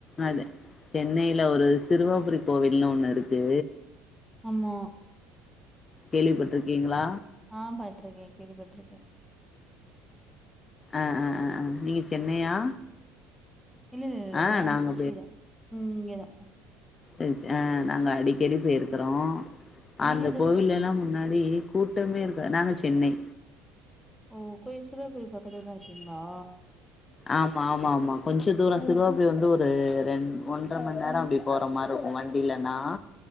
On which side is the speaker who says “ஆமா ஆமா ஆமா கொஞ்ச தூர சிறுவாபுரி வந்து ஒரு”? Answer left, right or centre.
Left